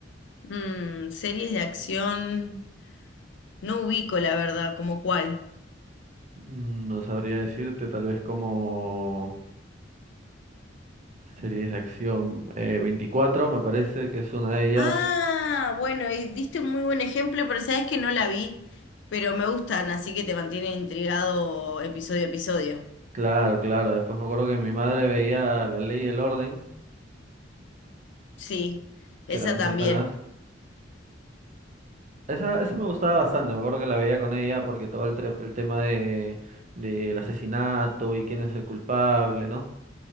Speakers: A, on the left (about 65°); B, on the right (about 40°).
A: Mm, series de acción. No ubico, la verdad, como cuál.
B: Mm, No sabría decirte, tal vez como series de acción. Eh, 24 me parece que es una de ellas.
A: Ah, bueno, y diste un muy buen ejemplo, pero sabes que no la vi. Pero me gustan, así que te mantienen intrigado episodio a episodio.
B: Claro, claro. Después me acuerdo que mi madre veía La Ley y el Orden,
A: Sí, esa
B: que también
A: también.
B: son buenas. Esa, esa me gustaba bastante, me acuerdo que la veía con ella porque todo el, tre- el tema de, del asesinato y quién es el culpable, ¿no?